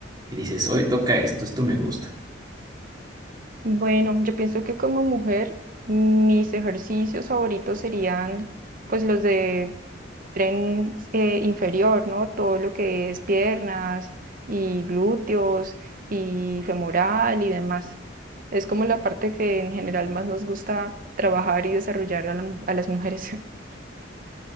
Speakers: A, on the right; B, on the right.
A: y dices, hoy toca esto, esto me gusta.
B: Bueno, yo pienso que como mujer, mis ejercicios favoritos serían pues los de tren eh, inferior, ¿no? Todo lo que es piernas y glúteos y femoral y demás. Es como la parte que en general más nos gusta trabajar y desarrollar a, la mu- a las mujeres. <laughs>